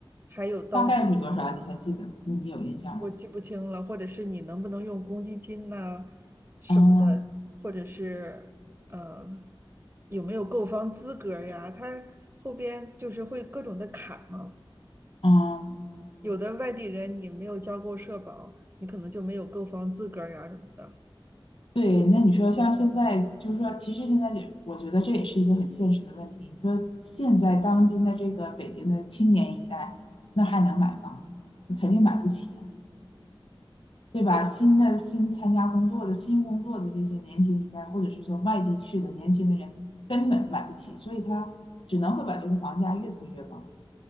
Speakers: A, on the right (about 25°); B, on the left (about 75°).
A: 还有当时
B: 大概是多少？你还记得？你有印象吗？
A: 我记不清了，或者是你能不能用公积金呐、什么的，
B: 嗯
A: 或者是呃有没有购房资格呀，他后边就是会各种的卡嘛，
B: 嗯，
A: 有的外地人你没有交够社保，你可能就没有购房资格呀什么的。
B: 对。那你说像现在，就是说，其实现在也，我觉得这也是一个很现实的问题。你说现在当今的这个北京的青年一代，那还能买房吗？肯定买不起呀、对吧？新的新参加工作的新工作的这些年轻一代，或者是说外地去的年轻的人，根本买不起，所以他只能会把这个房价越推越高。